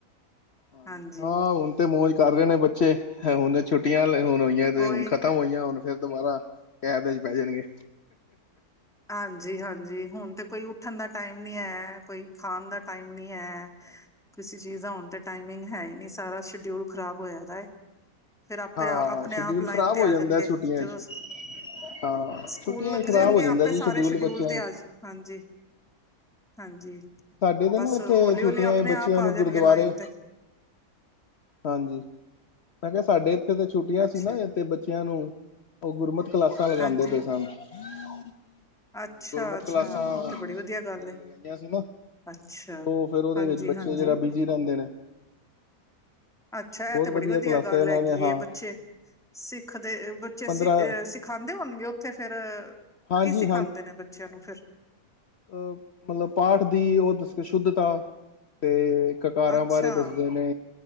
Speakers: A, on the left; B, in the centre.
A: ਹਾਂ,
B: ਹਾਂਜੀ
A: ਹੁਣ ਤੇ ਮੌਜ ਕਰ ਰਹੇ ਨੇ ਬੱਚੇ, ਹੁਣ ਛੁੱਟੀਆਂ ਹੁਣ ਹੋਈਆਂ ਤੇ
B: ਉਹੀ
A: ਹੁਣ ਖ ਤਾਂ ਹੋਈਆਂ ਹੁਣ, ਫਿਰ ਦੁਬਾਰਾ ਕੇਦ ਚ ਪੈ ਜਾਣਗੇ
B: ਹਾਂਜੀ, ਹਾਂਜੀ ਹੁਣ ਤਾਂ ਕੋਈ ਉੱਠਣ ਦਾ ਟਾਈਮ ਨਈ ਹੈ, ਕੋਈ ਖਾਣ ਦਾ ਟਾਈਮ ਨਈ ਹੈ
A: ਹਮ <unintelligible> <inaudible>
B: ਕਿਸੇ ਚੀਜ਼ ਦਾ ਹੁਣ ਤੇ, ਟਾਈਮਿੰਗ ਹੈ ਹੀ ਨੀ, ਸਾਰਾ ਸ਼ਡੂਊਲ ਖਰਾਬ ਹੋਇਆ ਦਾ ਏ। ਫਿਰ ਆਪੇ,
A: ਹਾਂ
B: ਆਪਣੇ
A: ਸ਼ਡਿਊਲ
B: ਆਪ ਲਾਈਨ
A: ਖ਼ਰਾਬ
B: ਤੇ,
A: ਹੋ
B: ਆ
A: ਜਾਂਦਾ
B: ਜਾਣਗੇ
A: ਛੁੱਟੀਆਂ
B: ਜਦੋਂ
A: ਚ ਹਾਂ
B: ਸਕੂਲ
A: ਛੁੱਟੀਆਂ
B: ਲੱਗ
A: ਚ ਖ਼ਰਾਬ
B: ਜਾਣਗੇ,
A: ਹੋ ਜਾਂਦਾ
B: ਆਪੇ
A: ਜੀ
B: ਸਾਰੇ ਸ਼ਡਿਊਲ
A: ਬੱਚਿਆਂ ਨੂੰ।
B: ਤੇ ਆ ਜਾ ਹਾਂਜੀ, ਹਾਂਜੀ।
A: ਸਾਡੇ ਤੇ
B: ਬਸ
A: ਨਾ ਇੱਥੇ,
B: ਹੌਲੀ
A: ਛੁੱਟੀਆਂ
B: ਹੌਲੀ ਆਪਣੇ
A: ਚ ਬੱਚਿਆਂ
B: ਆਪ ਆ
A: ਨੂੰ
B: ਜਾਣਗੇ
A: ਗੁਰਦੁਆਰੇ
B: ਲਾਈਨ ਤੇ
A: ਹਾਂਜੀ, ਮੈਂ ਕਿਹਾ ਸਾਡੇ ਇੱਥੇ ਤਾਂ, ਛੁੱਟੀਆਂ
B: ਅੱਛਾ
A: ਸੀ ਨਾ ਇਥੇ ਬੱਚਿਆਂ ਨੂੰ ਉਹ ਗੁਰਮਤ ਕਲਾਸਾਂ ਲਗਾਦੇ
B: ਹਾਂਜੀ
A: ਪਏ ਸਨ। ਤੇ
B: ਅੱਛਾ
A: ਗੁਰਮਤ
B: ਅੱਛਾ
A: ਕਲਾਸਾਂ,
B: ਉਹ ਤੇ ਬੜੀ ਵਧੀਆ ਗੱਲ
A: ਜਿਹੜੀਆਂ
B: ਏ
A: ਲਗਈਆਂ ਸੀ ਨਾ
B: ਅੱਛਾ
A: ਤੇ ਉਹ ਫੇਰ, ਉਹਦੇ
B: ਹਾਂਜੀ
A: ਵਿੱਚ ਬੱਚੇ
B: ਹਾਂਜੀ
A: ਜਿਰਾ ਬਿਜੀ ਰਹਿੰਦੇ ਨੇ
B: ਅੱਛਾ,
A: ਬਹੁਤ
B: ਇਹ ਤੇ ਬੜੀ ਵਧੀਆ,
A: ਕਲਾਸਾਂ
B: ਗੱਲ
A: ਇਹਨਾਂ
B: ਹੈਗੀ
A: ਨੇ ਹਾਂ
B: ਏ ਬੱਚੇ ਸਿੱਖਦੇ ਬੱਚੇ
A: ਪੰਦਰਾਂ
B: ਸਿ ਅਹ ਸਿਖਾਦੇ, ਹੋਣਗੇ ਉੱਥੇ ਫੇਰ
A: ਹਾਂਜੀ
B: ਕੀ ਸਿਖਾਉਂਦੇ ਨੇ ਬੱਚਿਆਂ ਨੂੰ ਫੇਰ?
A: ਅਹ ਮਤਲਬ ਪਾਠ ਦੀ ਉਹ ਦੱਸ ਕੇ ਸ਼ੁੱਧਤਾ ਤੇ- ਕਕਾਰਾਂ,
B: ਅੱਛਾ
A: ਬਾਰੇ ਦੱਸਦੇ ਨੇ।